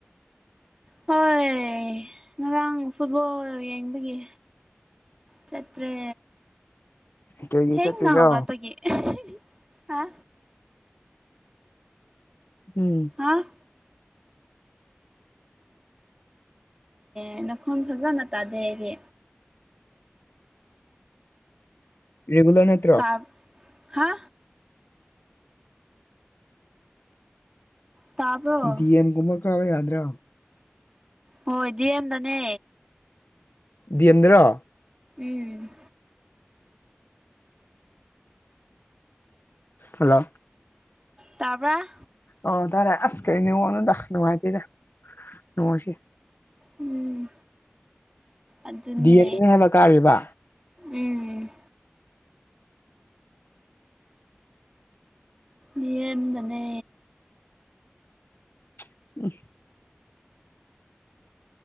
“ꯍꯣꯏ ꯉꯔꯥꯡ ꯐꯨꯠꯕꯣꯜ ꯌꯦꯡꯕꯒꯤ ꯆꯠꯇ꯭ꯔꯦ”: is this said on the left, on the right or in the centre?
Right